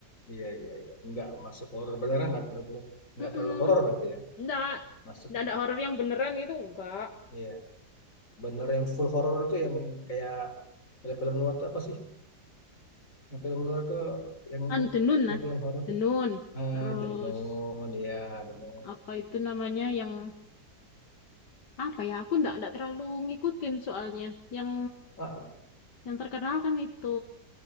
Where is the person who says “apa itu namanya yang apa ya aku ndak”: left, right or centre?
Left